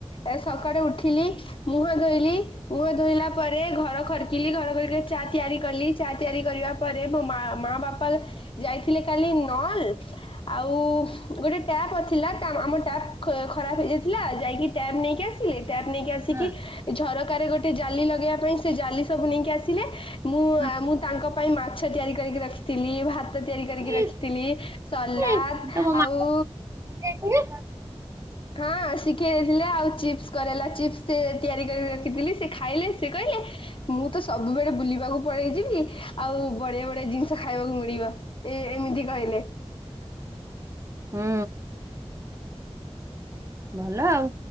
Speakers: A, on the left; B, on the right.
A: ଏ ସକାଳେୁ ଉଠିଲି ମୁହଁ ଧୋଇଲି ମୁହଁ ଧୋଇଲା ପରେ ଘର ଖରକିଲି ଘର ଖରିକି ଚା ତିଆରି କଲି। ଚା ତିଆରି କରିବା ପରେ ମୋ ମା ମା ବାପା ଯାଇଥିଲେ କାଲି ନଲ ଆଉ ଗୋଟେ ଟ୍ୟାପ ଥିଲା ତା ଆମ ଟ୍ୟାପ୍ ଖ ଖରାପ ହେଇଯାଇଥିଲା ଯାଇକି ଟ୍ୟାପ୍ ନେଇକି ଆସି ଲେ ଟ୍ୟାପ ନେଇକି ଆସିକି
B: ହଁ
A: ଝରକାରେ ଗୋଟେ ଜାଲି ଲଗେଇବା ପାଇଁ ସେ ଜାଲି ସବୁ ନେଇକି ଆସିଲେ। ମୁଁ
B: ହଁ
A: ମୁଁ ତାଙ୍କ ପାଇଁ ମାଛ ତିଆରି କରିକି ରଖିଥିଲି ଭାତ ତିଆରି କରିକି ରଖିଥିଲି।
B: ଇସ୍
A: ସା ଲାଦ
B: ଇସ୍ ତମ
A: ଆଉ
B: ମା ହୁଁ
A: ହଁ ଶିଖେଇ ଦେଇଥିଲେ ଆଉ ଚିପ୍ସ କରେଲା ଚିପ୍ସ ସେ ତିଆରି କରିକି ରଖିଥିଲି ସେ ଖାଇଲେ। ସେ କହିଲେ ମୁଁ ତ ସବୁବେଳେ ବୁଲିବାକୁ ପଳେଇଯିବି ଆଉ ବଢିଆ ବଢିଆ ଜିନିଷ ଖାଇବାକୁ ମିଳିବ। ଏ ଏମିତି କହିଲେ।
B: ହୁଁ। ଭଲ ଆଉ